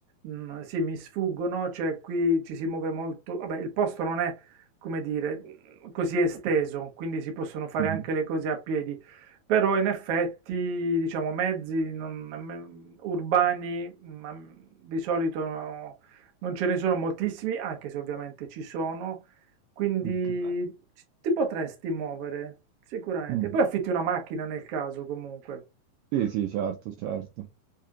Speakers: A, on the right; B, on the right.
A: mm, sì, mi sfuggono, cioè qui ci si muove molto, vabbè, il posto non è, come dire, mm, così esteso, quindi si possono fare
B: Mhm.
A: anche le cose a piedi, però in effetti, diciamo, mezzi non- mm, urbani ma, mm, di solito no, non ce ne sono moltissimi, anche se ovviamente ci sono. Quindi
B: Ok.
A: ci- Ti potresti muovere, sicuramente.
B: Mm.
A: Poi affitti una macchina nel caso, comunque.
B: Sì, sì, certo, certo.